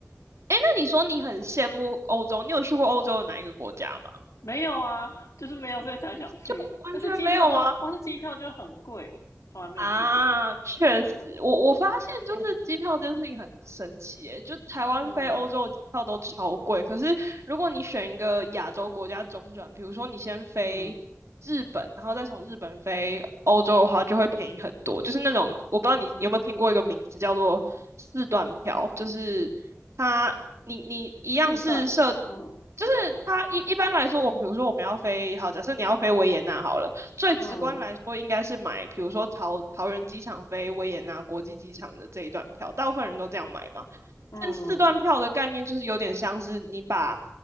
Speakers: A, on the right; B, on the left.
A: 那你说你很羡慕欧洲，你有去过欧洲的哪一个国家吗？
B: 没有啊，就是没有，所以才想去。
A: 就完全没有吗？
B: 但是机票都光是机票就很贵，从来没有去过。
A: 啊，确实，
B: 对，
A: 我我发现就是机票这件事情很神奇耶，就台湾飞欧洲的机票都超贵，
B: 嗯
A: 可是如果你选一个亚洲国家中转，比如说你先飞日本，
B: 嗯
A: 然后再从日本飞欧洲的话，就会便宜很多。就是那种我不知道你有没有听过一个名字叫做四段票，
B: 啊，
A: 就是它你你一样是设，
B: 四段，嗯
A: 就是它一一般来说，我们比如说我们要飞，好，假设你要飞维也纳好了。最直观来说，
B: 嗯
A: 应该是买，比如说桃桃园机场飞维也纳国际机场的这一段票，大部分人都这样买嘛。
B: 嗯
A: 但四段票的概念就是有点像是你把